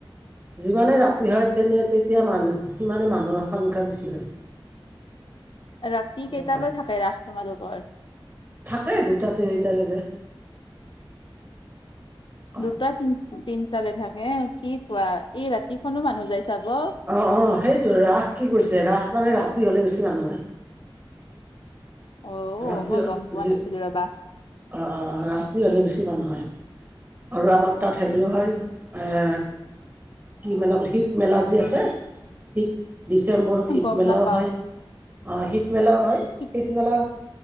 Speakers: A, on the right (about 20°); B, on the left (about 65°).
A: যিমানে ৰাতি হয় তেনে তেতিয়া মানুহ সিমানে মানুহৰ সংখ্যা বেছি হয়।
B: ৰাতি
A: এনেকুৱা
B: কেইটালৈ থাকে ৰাস তোমালোকৰ?
A: থাকে দুটা তিনিটালৈকে। অঁ
B: দুটা তিন তিনটালৈ থাকে কি কোৱা এই ৰাতিখনো মানুহ যাই চাব।
A: অ অ সেইটো ৰাস কি কৈছে ৰাস মানে ৰাতি হ'লে বেছি মানুহ হয়।
B: অ
A: ৰাতি
B: মই গম পোৱা
A: যি
B: নাছিলো ৰবা
A: অঁ অঁ ৰাতি হ'লে বেছি মানুহ হয় আৰু আমাৰ তাত হেৰিও হয় আহ কি মেলা বোলে শীত মেলা যি আছে শীত ডিচেম্বৰত
B: মই
A: শীতমেলাও
B: গম নাপাও
A: হয় শীতমেলাও হয়
B: শীত
A: শীতমেলা